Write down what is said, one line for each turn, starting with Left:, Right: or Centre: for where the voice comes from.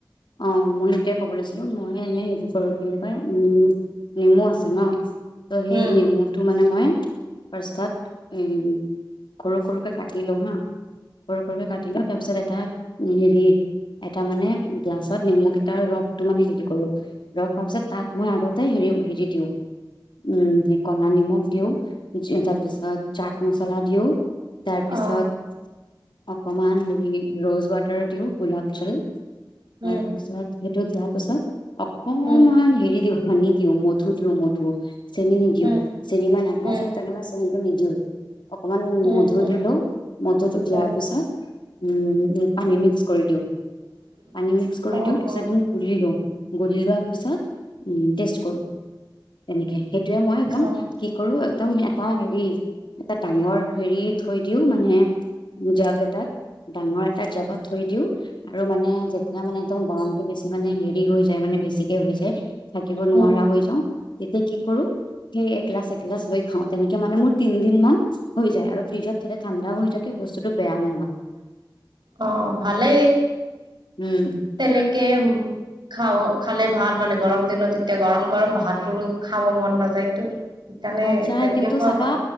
Left: অ মই এইতোয়েই কব লৈছো। মই এনেই হেৰি কৰো কি বুলি কয় নেমু আছে ন? ত সেই
Right: উম
Left: নেমুটো মানে মই ফ্ৰাষ্টত উম সৰু সৰুকে কাটি লও হা। সৰু সৰুকে কাটিলো তাৰপিছত এটা দি এটা মানে গ্লাছত নেমু কেইটাৰ ৰসটো মানে হেৰি কৰো ৰখোৱাৰ পিছত তাত মই আগতে হেৰি হেৰি দিওঁ। উম কলা নিমখ দিওঁ তাৰপিছত চাট মছলা দিওঁ। তাৰ পিছত
Right: অ
Left: অকমান ৰ'জ ৱাটাৰ দিওঁ গোলাপ জল।
Right: উম
Left: তাৰপিছত সেইটো দিয়াৰ পাছত অকমান
Right: উম
Left: হেৰি দিও ধী দিওঁ মধু দিওঁ মধু। চেনি নিদিওঁ
Right: উম
Left: চেনি মই নাখাওঁ
Right: উম
Left: যে সেইকাৰণে মই চেনি নিদিও অকমান
Right: উম
Left: মধু
Right: উম
Left: দি লও মধুটো দিয়াৰ
Right: উম
Left: পিছত উম পানী মিশ কৰি দিউ
Right: <inaudible>
Left: পানী মিক্স কৰি
Right: অ
Left: দিও তাৰছত
Right: অ
Left: গুলি লওঁ গুলি লোৱাৰ পিছত উম টেষ্ট কৰো। তেনেকে সেইটোৱে মই একদম
Right: অ
Left: কি কৰো একদম এটা হেৰি এটা ডাঙৰ হেৰি থৈ দিও মানে জাগ এটাক ডাঙৰ এটা জাগত থৈ থৈ দিও আৰু মানে যেতিয়া মানে একদম গৰম টো বেচি মানে হেৰি হৈ যায় মানে বেছিকে হৈ যায়। থাকিব নোৱাৰা
Right: উম, উম,
Left: হৈ যাওঁ তেতিয়া কি কৰো সেই এগিলাছ এগিলাচ লৈ খাওঁ তেনেকে মানে মোৰ তিন দিন মান হৈ যায় আৰু ফ্ৰিজত থ'লে ঠাণ্ডাও হৈ থাকে বস্তুটো বেয়া নহয়।
Right: অ ভালেই
Left: উম
Right: তেনেকে খাব খালে ভাল মানে গৰম দিনত এতিয়া গৰম গৰম ভাত বোৰো খাব মন নাযায়তো সেইকাৰণে
Left: না যায়
Right: তেনেকে
Left: কিন্তু
Right: খোৱা
Left: চাবা
Right: ভাল